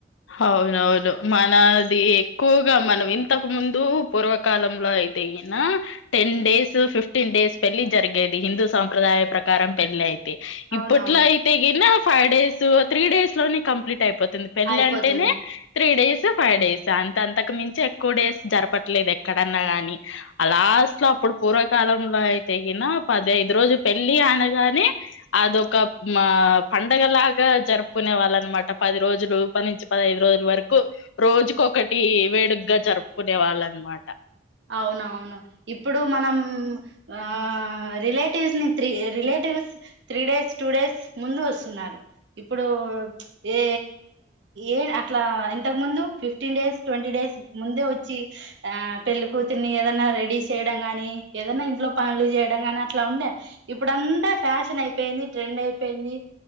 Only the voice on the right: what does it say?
అవునవును
అయిపోతుంది
అవునవును ఇప్పుడు మనం ఆ రిలేటివ్స్ ని three relatives three days two days ముందు వస్తున్నారు ఇప్పుడు ఏ ఏ అట్లా ఇంతకు ముందు ఫిఫ్టీన్ డేస్ ట్వంటీ డేస్ ముందే వచ్చి ఆ పెళ్లిికతుర్ని ఏదన్నా రెడీ చేయడం గాని ఏదన్నా ఇంట్లో పనులు చేయడం గాని అట్లా ఉండే ఇప్పుడంతా ఫ్యాషన్ అయితే అ పోయింది ట్రెండ్ అయిపోయింది